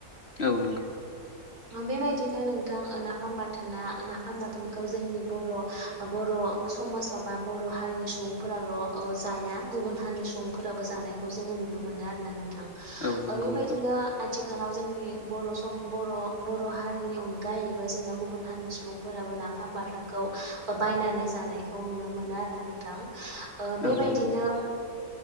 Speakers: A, on the left; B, on the right.
A: औ नंगौ
B: बेबायदिनो नोंथां नाफाम बाथोना नाफाम बाथोनखौ जोंनि बर' बर'। बर' समाजाव बा बर' हारिनि सुबुंफोराल' ओ जाया गुबुन हारिनि सुबुंफोराबो जानायखौ। जोङो नुनो मोनो आरोना नोंथां
A: औ नंगौ
B: बेबायदिनो
A: नोंथां
B: आथिखालाव जोंनि बर' सम। बर' बर' हारिनि अनगायैबो जोंना गुबुन हारिनि सुबुंफोराबो नाफाम बाथोनखौ ओब। बायनानै जानायखौ नुनो मोनो आरोना नोंथां। ओ बेबायदिनो
A: औ नंगौ